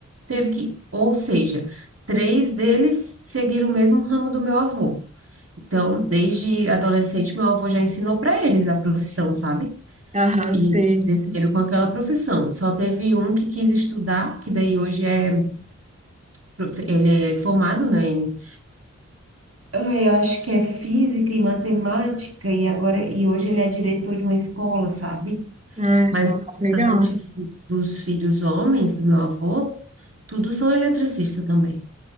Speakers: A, on the right (about 50°); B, on the right (about 25°).
A: teve que. Ou seja, três deles seguiram o mesmo ramo do meu avô. Então, desde adolescente, meu avô já ensinou para eles a profissão, sabe?
B: Aham,
A: E
B: sei.
A: desceram com aquela profissão. Só teve um que quis estudar, que daí hoje é, prof- ele é formado, né, em- Ai, eu acho que é física e matemática e agora e hoje ele é diretor de uma escola, sabe?
B: Ah,
A: Mas
B: tá.
A: o restante
B: Legal.
A: assim, dos filhos homens do meu avô, todos são eletricistas também.